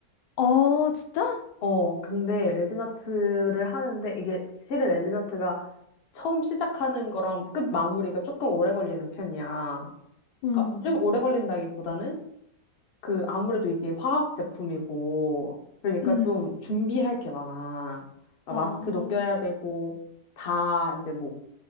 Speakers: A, on the left; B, on the left.
A: 어, 진짜?
B: 어, 근데 레진아트를 하는데 이게 실은 레진아트가 처음 시작하는 거랑 끝 마무리가 조금 오래 걸리는 편이야.
A: 음.
B: 그러니까 좀 오래 걸린다기보다는 그 아무래도 이게 화학 제품이고 그러니까
A: 음.
B: 좀 준비할 게 많아. 막
A: 아,
B: 마스크도 껴야 되고 다 이제 뭐